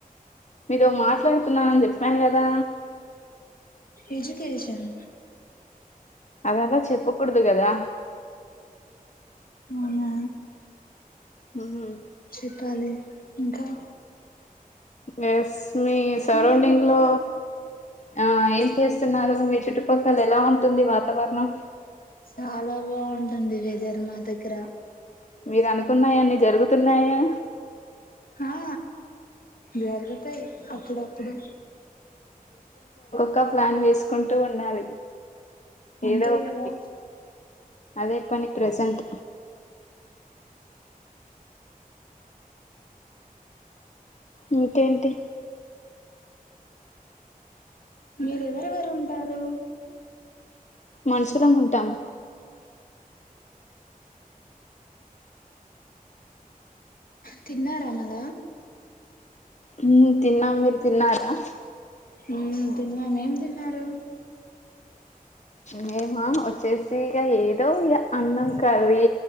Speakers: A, on the left; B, on the left.
A: మీతో మాట్లాడుతున్నాని చెప్పాను కదా.
B: ఎజ్యుకేషన్
A: అదంతా చెప్పకూడదు గదా
B: అవునా
A: హ్మ్
B: చెప్పాలి ఇంకా
A: ఎస్ మీ సరౌండింగ్
B: మీరు
A: లో ఆ ఏం చేస్ న్నారు మీ చుట్టుపక్కల ఎలా ఉంటుంది. వాతావరణం
B: చాలా బావుంటుంది. వేదర్ మా దగ్గర
A: మీరు అనుకున్నాయాన్నీ జరుగుతున్నాయా.
B: ఆ జరుగుతాయి అప్పుడప్పుడు
A: క ప్లాన్ వేసుకుంటూ ఉండాలి
B: అంతే
A: ఏదో ఒకటి
B: కదా
A: అదే పని ప్రెసెంట్ ఇంకేంటి
B: మీరు ఎవరెవరున్ టారు
A: మనుషులం ఉంటాం
B: తిన్నారా మల
A: ఉమ్మ్ తిన్నాం మీరు తిన్నారా
B: ఉమ్మ్ తిన్నాం ఏం తిన్నారు
A: మేమా వచ్చేసి ఇక ఏదో ఇగ అన్నం కర్రీ